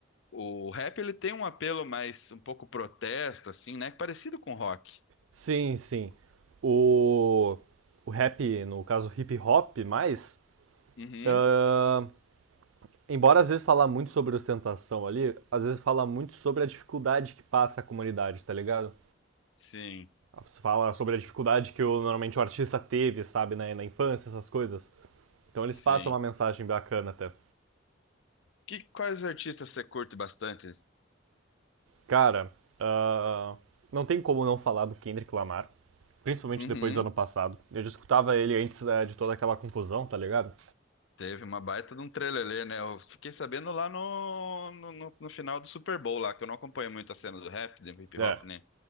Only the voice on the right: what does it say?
sim, sim. O, o rap, no caso hip hop, mais,
ah, embora às vezes falar muito sobre ostentação ali, às vezes fala muito sobre a dificuldade que passa a comunidade, tá ligado?
Você fala sobre a dificuldade que o, normalmente o artista teve, sabe, né, na infância, essas coisas. Então eles
passam uma mensagem bacana até.
Cara, ah, não tem como não falar do Kendrick Lamar, principalmente
depois do ano passado. Eu já escutava ele antes né, de toda aquela confusão, tá ligado?
É.